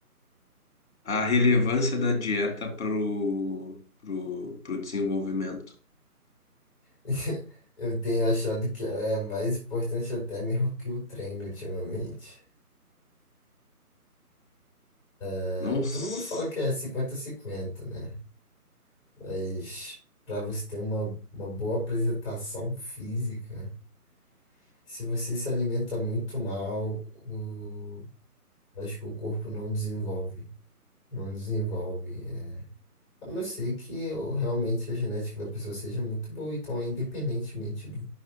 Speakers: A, on the left; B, on the left.
A: a relevância da dieta pro, pro, pro desenvolvimento?
B: <laughs> Eu tenho achado que é mais importante até mesmo que o treino ultimamente. É,
A: Não. s-
B: todo mundo fala que é 50 cinquenta né? Mas para você ter uma, uma boa apresentação física, Se você se alimenta muito mal, o- acho que o corpo não desenvolve. Não desenvolve. é. A não ser que o- realmente a genética da pessoa seja muito boa. Então, é independentemente do,